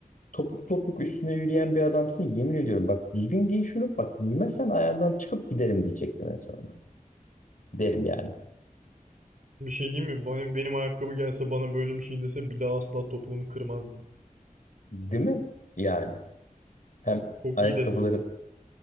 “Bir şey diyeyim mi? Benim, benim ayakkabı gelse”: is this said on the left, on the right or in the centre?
Right